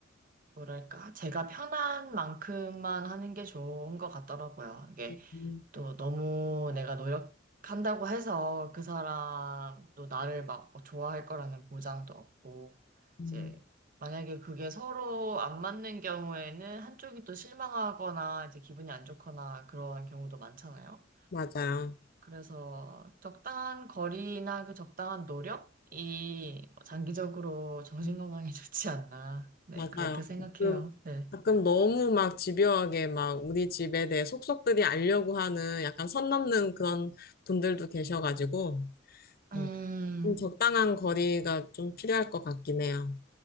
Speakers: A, on the right; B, on the left.
A: 뭐랄까, 제가 편한 만큼만 하는 게 좋은 것 같더라고요. 이게
B: 음,
A: 또 너무 내가 노력한다고 해서 그 사람도 나를 막 어, 좋아할 거라는 보장도 없고,
B: 음,
A: 이제 만약에 그게 서로 안 맞는 경우에는 한쪽이 또 실망하거나 이제 기분이 안 좋거나 그런 경우도 많잖아요.
B: 맞아요.
A: 그래서 적당한 거리나 그 적당한 노력이 장기적으로 정신
B: 음,
A: 건강에 <laughs> 좋지 않나. 네,
B: 맞아요.
A: 그렇게 생각해요.
B: 가끔,
A: 네.
B: 가끔 너무 막 집요하게 막 우리 집에 대해 속속들이 알려고 하는 약간 선 넘는 그런 분들도 계셔가지고,
A: 음,
B: 어, 좀 적당한 거리가 좀 필요할 것 같긴 해요.